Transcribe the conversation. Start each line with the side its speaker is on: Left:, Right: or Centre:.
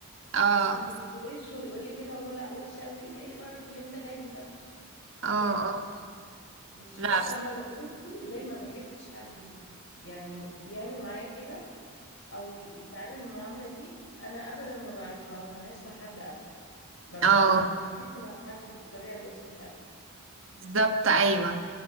Right: اه
Left: بس مش وشه ويقول لي كده اقول له لا وحشه قوي ايه ده ايه القرف اللي انت جايبه ده ايه
Right: اه
Left: ده ايه ده لا
Right: اه
Left: مش
Right: لا
Left: بحب
Right: بصراحة
Left: ما بقى- بصي زي ما بحبش حد يعني يعمل معايا كده او ي- يتعامل المعامله دي انا ابدا ما بع- ما بعملهاش مع حد ابدا ما ب...
Right: اه
Left: ما بتعاملش مع حد بالطريقه الوحشه دي ابدا
Right: بالظبط ايوه